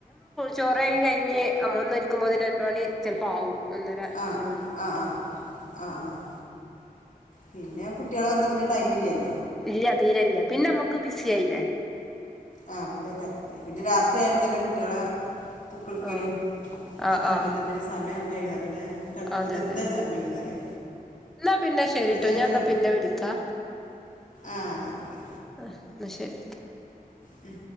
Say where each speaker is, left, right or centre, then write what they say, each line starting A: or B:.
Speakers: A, in the centre; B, on the left (about 55°).
A: ചോറ് കഴിഞ്ഞ് അയിന് മ്മന്ന് ഇരിക്കുമ്പോ ഇതിന് രണ്ട് മണി ചിലപ്പോ ആവും. ഒന്നര
B: ആഹ്
A: രണ്ട് മണി.
B: ആഹ് ആഹ് ആഹ് ആഹ് പിന്നെ കുട്ടികൾ വന്നാ പിന്നെ ടൈം ഇല്ലല്ലോ.
A: ഇല്ല തീരെയില്ല. പിന്നെ നമുക്ക് ബിസി ആയില്ലേ.
B: ആ പിന്നെ തിരക്കായി പിന്നെ രാത്രിയാലും തന്നെ കുട്ടികളെ ബുക്കെടുക്കലും
A: ആഹ്
B: ഇതൊക്കെ
A: ആഹ്
B: ആകുമ്പോഴത്തെ
A: ആഹ്
B: പിന്നെ സമയം കഴി പിന്നെ കടക്കുമ്പത്തെ
A: അതെ അതെ
B: എന്ത നേരം വൈകുന്നറിയോ?
A: എന്നാ പിന്നെ ശരിട്ടോ.
B: ഇടക്ക് നേരത്തെ
A: ഞാൻ എന്നാ
B: കിട
A: പിന്നെ വിളിക്കാ.
B: ആഹ് എന്നാ ഓക്കെ
A: ആ എന്ന ശരി.
B: ഉം